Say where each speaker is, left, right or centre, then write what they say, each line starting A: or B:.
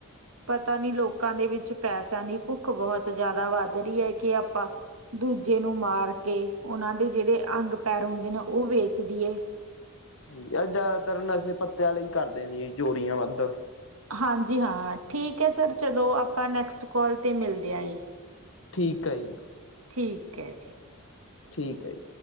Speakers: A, on the right; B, on the left.
A: ਪਤਾ ਨਹੀਂ ਲੋਕਾਂ ਦੇ ਵਿੱਚ ਪੈਸਿਆਂ ਦੀ ਭੁੱਖ ਬਹੁਤ ਜ਼ਿਆਦਾ ਵੱਧ ਰਹੀ ਹੈ ਕਿ ਆਪਾਂ ਦੂਜੇ ਨੂੰ ਮਾਰ ਕੇ ਉਹਨਾਂ ਦੇ ਜਿਹੜੇ ਅੰਗ ਪੈਰ ਹੁੰਦੇ ਨੇ ਉਹ ਵੇਚ ਦਈਏ।
B: ਆਹ ਜ਼ਿਆਦਾਤਰ ਨਸ਼ੇ ਪੱਤਿਆਂ ਆਲੇ ਈ ਕਰਦੇ ਨੇ ਚੋਰੀਆਂ ਵੱਧ।
A: ਹਾਂਜੀ ਹਾਂ ਠੀਕ ਹੈ ਸਰ ਚਲੋ ਆਪਾਂ ਨੈਕਸਟ ਕਾਲ ਤੇ ਮਿਲਦੇ ਹਾਂ ਜੀ।
B: ਠੀਕ ਆ ਜੀ।
A: ਠੀਕ ਹੈ ਜੀ।
B: ਠੀਕ ਹੈ ਜੀ।